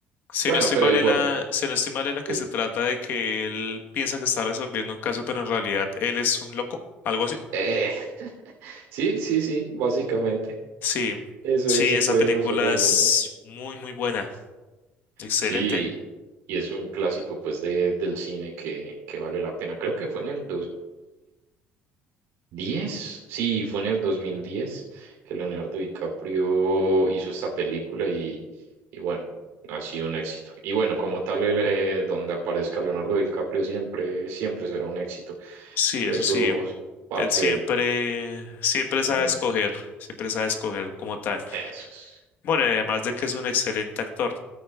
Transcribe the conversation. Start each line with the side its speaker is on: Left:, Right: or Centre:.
Left: si
Right: Bueno,
Left: no estoy
Right: pero
Left: mal,
Right: igual,
Left: es la, si no estoy mal, es la que
Right: sí.
Left: se trata de que él piensa que está resolviendo un caso, pero en realidad él es un loco, algo así.
Right: Eh, <laughs> sí, sí, sí, básicamente.
Left: Sí,
Right: Eso
Left: sí,
Right: es, se
Left: esa
Right: puede
Left: película
Right: resolver
Left: es
Right: en eso.
Left: muy, muy buena. Excelente.
Right: Sí, y es un clásico pues de, del cine que, que vale la pena. Creo que fue en el 10 Sí, fue en el 2010 que Leonardo DiCaprio hizo esta película y, y bueno, ha sido un éxito. Y bueno, como tal, el, eh, donde aparezca Leonardo DiCaprio siempre, siempre será un éxito.
Left: Sí,
Right: Eso
Left: eso sí.
Right: es parte
Left: Él siempre,
Right: de...
Left: siempre sabe
Right: mm,
Left: escoger, siempre sabe escoger como tal.
Right: eso es.
Left: Bueno, y además de que es un excelente actor.